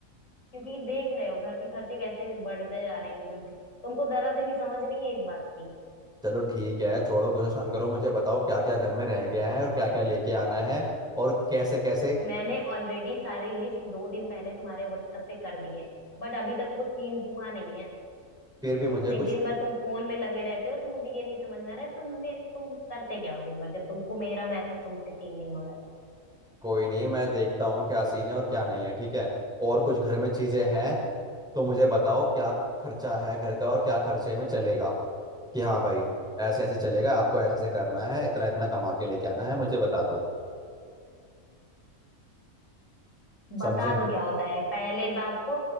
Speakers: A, on the left; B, in the centre.
A: क्योंकि देख रहे हो घर के खर्चे कैसे बढ़ते जा रहे हैं एकदम से तुमको जरा से भी समझ नहीं है इस बात की
B: चलो ठीक है छोड़ो गुस्सा शांत करो मुझे बताओ क्या क्या घर में रह गया है और क्या क्या लेके आना है और कैसे कैसे
A: मैंने ऑलरेडी सारी लिस्ट दो दिन पहले तुम्हारे व्हाट्सएप पे कर दी है बट अभी तक वो सीन हुआ नहीं है
B: फिर भी मुझे
A: नहीं
B: कुछ
A: दिन भर तुम फोन में लगे रहते हो तो मुझे ये नहीं समझ में आ रहा है तुमने तुम करते क्या हो दिन भर जब तुमको मेरा मैसेज तुमसे सीन नहीं हो रहा है
B: कोई नहीं मैं देखता हूँ क्या सीन है और क्या नहीं है ठीक है और कुछ घर में चीजें हैं तो मुझे बताओ क्या खर्चा है घर का और क्या खर्चे में चलेगा कि हाँ भाई ऐसे ऐसे चलेगा आपको ऐसे ऐसे करना है इतना इतना कमा के लेके आना है मुझे बता दो
A: बता
B: समझे
A: दो क्या होता है पहले बात तो